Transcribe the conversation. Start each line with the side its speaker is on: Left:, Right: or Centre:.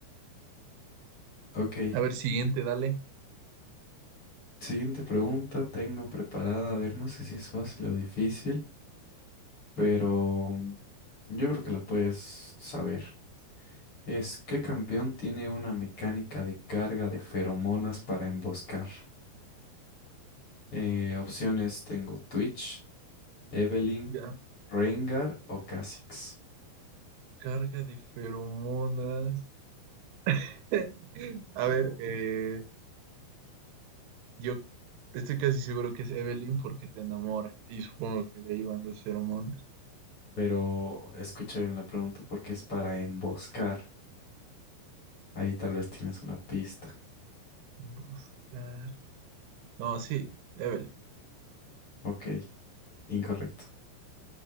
Left: Ok,
Right: A ver, siguiente, dale.
Left: siguiente pregunta tengo preparada. A ver, no sé si es fácil o difícil, pero mm, yo creo que la puedes saber. Es, ¿qué campeón tiene una mecánica de carga de feromonas para emboscar? Eh, opciones tengo Twitch, Evelynn,
Right: Ya.
Left: Rengar o Kha'Zix.
Right: Carga de feromonas. <laughs> A ver, eh, yo estoy casi seguro que es Evelyn porque te enamora y supongo que de ahí van las feromonas.
Left: Pero escucha bien la pregunta porque es para emboscar. Ahí tal vez tienes una pista.
Right: Buscar. No, sí, Evelyn.
Left: Ok, incorrecto.